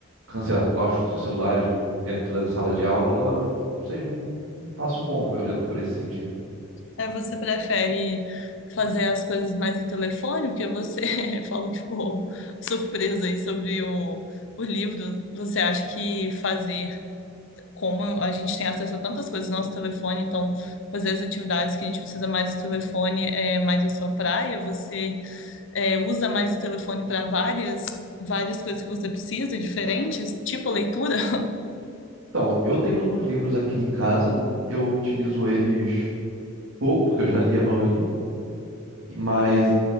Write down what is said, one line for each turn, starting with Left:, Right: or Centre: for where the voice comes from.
Right: cancelar os os celulares dentro da sala de aula seja um um passo bom, olhando por esse sentido.
Left: É, você prefere fazer as coisas mais no telefone, porque você <laughs> falou que ficou surpresa aí sobre o, o livro. Você acha que fazer como a gente tem acesso a tantas coisas no nosso telefone, então fazer as atividades que a gente precisa mais do telefone é mais a sua praia, você é, usa mais o telefone para várias, várias coisas que você precisa, diferentes, tipo a leitura. <laughs>
Right: Então, eu tenho alguns livros aqui em casa, eu utilizo eles pouco, porque eu já li a maioria, mas